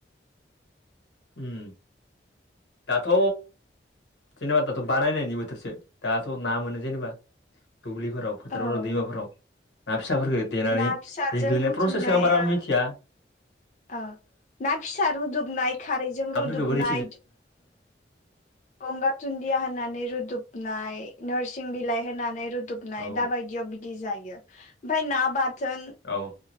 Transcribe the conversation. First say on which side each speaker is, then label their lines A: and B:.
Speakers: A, on the left; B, on the left.
A: उम। दाथ' जेनेबा दाथ' बानायनायनि बोथोरसो दाथ' ना मोनो जेनेबा।
B: <unintelligible>
A: दुब्लिफोराव फोथारफोराव
B: औ
A: दैमाफोराव। ना फिसाफोरखौ देनानै
B: ना फिसाजों
A: देग्लिनाय
B: रुदुबनाय
A: प्रसेसखौ आं बारा
B: ओ
A: मिथिया
B: ओ ना फिसा रुदुबनाय खारैजों
A: नाफोरखौ
B: रुदुबनाय।
A: बोरै
B: गंगार दुन्दिया होनानै रुदुबनाय नोरसिं बिलाइ होनानै रुद दुबनाय
A: औ
B: दा बायदियाव बिदि जायो ओमफाय ना बाथोन।
A: औ